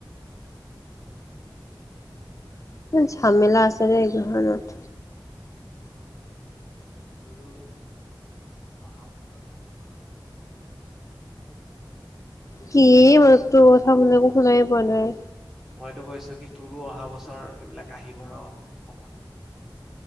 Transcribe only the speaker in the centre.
আৰু দু তি
আহ তোৰু তোৰু অহা বছৰত লাগিব ৰ
মইতো কৈছো কি তোৰো অহা বছৰ এইবিলাক আহিবৰ ৰ সময়